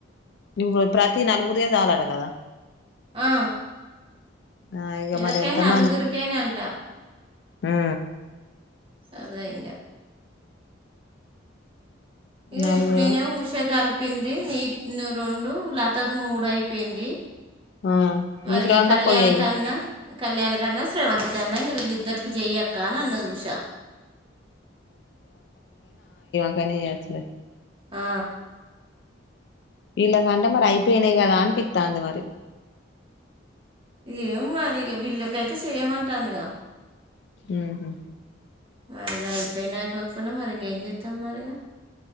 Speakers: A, on the left; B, on the right.
A: ఇప్పుడు ప్రతి నలుగురిదే చాలట కదా
B: ఆ
A: ఆ ఇగ
B: ఎవరికైనా
A: మరెంత
B: నలుగురికైనా
A: మంద్
B: అంట
A: ఊ
B: అదే ఇంగ ఏయ
A: నలుగురు
B: ఇప్పుడు నేనేమో ఉషగాలు ప్పింది నీటి రెండు లతది మూడు అయిపోయింది
A: ఆ
B: మరీగా
A: ఇగ శ్రవంతి
B: కళ్యాణి
A: అక్కకు చెయ్యి
B: కన్నా కళ్యాణ్ కన్నా శ్రేవంతి కన్నా ఇంగ వీళ్ళిద్దరికీ చెయ్యక్క అని అన్నది ఉషా
A: ఒకనీ చేయొచ్చులే
B: ఆ
A: వీళ్ళకి అంటే మరి అయిపోయినాయి కదా అనిపితాంది మరి
B: ఏం మరి ఇక వీళ్ళకైతే చెయమంటాంది ఇక
A: ఉహుమ్
B: మరిగా అయిపోయినా పోకపోయినా మరి ఇగ ఏమ్ చేస్తామ్ మరి ఇగా